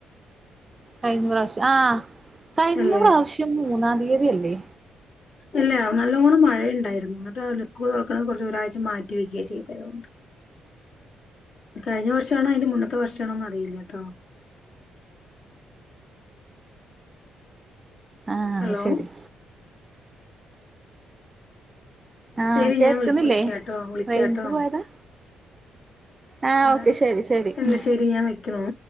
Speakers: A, on the right; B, on the left.
A: കഴിഞ്ഞ പ്രാവശ്യം ആഹ് കഴിഞ്ഞ
B: അല്ലെ
A: പ്രാവശ്യം മൂന്നാം തീയതിയല്ലേ.
B: ഇല്ല നല്ലോണം മഴയുണ്ടായിരുന്നു ന്നട്ടതല്ല സ്കൂൾ തൊർക്കണ കൊർച്ച് ഒരാഴ്ച മാറ്റി വെക്ക്യ ചെയ്തെ അതുകൊണ്ട്. കഴിഞ്ഞ വർഷാണോ അയ്ൻ്റെ മുന്നത്തെ വർഷിണോന്നറിയില്ലട്ടോ.
A: ആഹ്
B: ഹലോ.
A: ശരി ആഹ്
B: ശരി
A: കേൾക്കുന്നില്ലേ
B: ഞാൻ വിളി വെക്ക്യാട്ടോ വിളിക്ക്യാട്ടോ
A: റേഞ്ച് പോയതാ ആഹ്
B: എന്താണ്
A: ഓക്കെ ശരി ശരി
B: അല്ല
A: ഉം
B: ശരി ഞാ വെക്ക്യുന്നു.